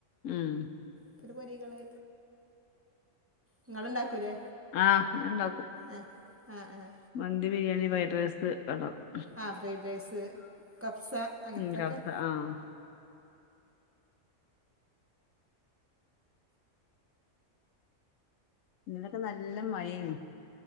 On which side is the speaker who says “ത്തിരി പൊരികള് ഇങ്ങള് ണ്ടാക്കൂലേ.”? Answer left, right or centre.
Right